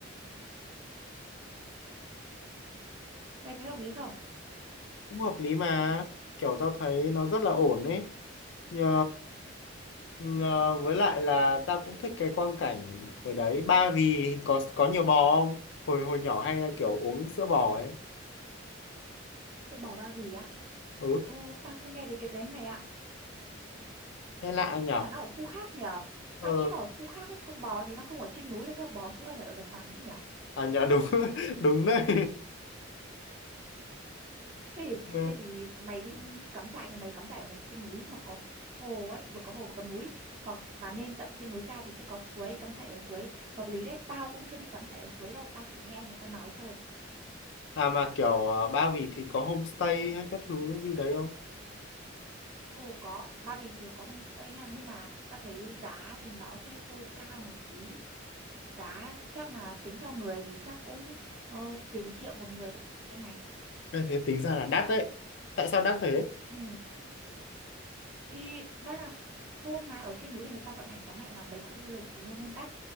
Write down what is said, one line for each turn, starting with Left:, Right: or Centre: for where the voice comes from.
Right: mày thấy hợp lý không
Left: Cũng hợp lý mà. Kiểu tao thấy nó rất là ổn ấy Nhờ, nhờ, với lại là ta cũng thích cái quang cảnh ở đấy Ba Vì có có nhiều bò không hồi hồi nhỏ hay kiểu uống sữa bò ấy
Right: Phở bò Ba Vì á?
Left: ừ
Right: Ồ, tao chưa nghe đến cái đấy mày ạ.
Left: nghe lạ nhỉ
Right: Hay là nó ở khu khác nhở?
Left: ờ
Right: Tao nghĩ nó ở khu khác ấy, con bò thì nó không ở trên núi đâu, bò sữa phải ở đồng bằng chứ nhở?
Left: à nhờ đúng <laughs> đúng đấy
Right: Thế thì,
Left: Ừ.
Right: thế thì mày đi cắm trại thì mày cắm trại ở mấy cái núi mà có hồ ấy, vừa có hồ vừa có núi. Hoặc là lên tận trên núi cao thì sẽ có suối, cắm trại ở suối. Hợp lý đấy, tao cũng chưa đi cắm trại ở suối đâu, tao chỉ nghe người ta nói thôi.
Left: à mà kiểu ờ, Ba Vì thì có homestay hay các thứ gì đấy không
Right: Ồ có, Ba Vì thì có homestay nha, nhưng mà tao thấy giá thì nó sẽ hơi cao một tí. giá chắc là tính theo người thì chắc cũng ờ, tiền triệu một người đấy mày
Left: Ê, thế tính ra là đắt đấy tại sao đắt thế
Right: ừ thì đã là hôm mà ở trên núi thì người ta vận hành tóm lại là mấy khu du lịch thì luôn luôn đắt